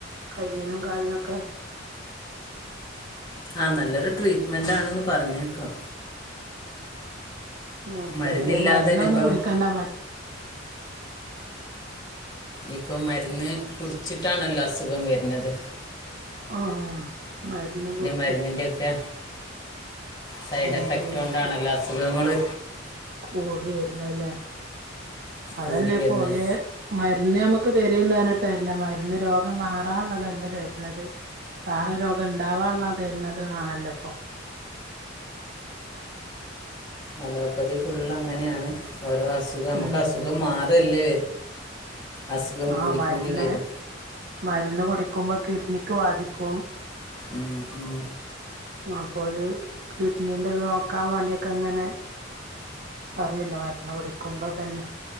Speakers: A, on the right (about 50°); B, on the left (about 20°).
A: കയ്യിനും കാലിനൊക്കെ
B: ആഹ് നല്ലൊരു ട്രീറ്റ്മെന്റ് ആണ് പറഞ്ഞ് കേക്കാം
A: മ് അപ്പയ്ല്
B: മരുന്നില്ലാതെ
A: മരുന്നൊന്നും
B: തന്നെ ഇപ്പം
A: കുടിക്കണ്ട മ
B: ഇപ്പം മര്ന്ന് ച്ചിട്ടാണല്ലോ അസുഖം വെരുന്നത്
A: ആഹ് മരുന്ന് കുടിച്ച്
B: മരുന്നിൻ്റെയൊക്കെ സൈഡ്
A: ആഹ്
B: എഫക്റ്റ്
A: റിയാക്ഷൻ
B: കൊണ്ടാണല്ലോ അസുഖങ്ങള്
A: കൂടി വെര്ണെല്ലേ അതന്നെപ്പോല്
B: കൂടി വരുന്നത്
A: മരുന്ന്മ്മ ക്ക് തര്ണ്ട് റഞ്ഞ്ട്ടല്ല മര്ന്ന് രോഗം മാറാള്ളതല്ല തെര്ണത് വേറ രോഗം ണ്ടാവാള്ള തര്ണത് നാണല്ലപ്പൊ
B: അലോപ്പതി ഫുള്ളാ ഓരോ അസുഖം നമ്ക്ക്
A: ഉം
B: അസുഖം മാറ്അല്ലേ അസുഖം
A: ആഹ്
B: കൂടിക്കൂടി
A: മരുന്ന്
B: വരും
A: മരുന്ന് കുടിക്കുമ്പോ കിഡ്ണിക്ക് ബാധിക്കും
B: ഉം, ഉം.
A: ന്നാപോല് കിഡ്നീന്റെ ഇത് നോക്കാൻ വേണ്ടിയൊക്കെ ഇങ്ങനെ പറയല്ലോ മരുന്ന് കുടിക്കുമ്പോ തന്നെ